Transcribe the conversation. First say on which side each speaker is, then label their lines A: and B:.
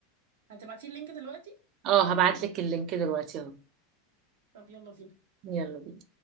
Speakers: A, on the right; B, on the right.
A: هتبعتي اللينك دلوقتي
B: اه هبعت لك اللينك دلوقتي اهو
A: طب يلا بينا
B: يلا بينا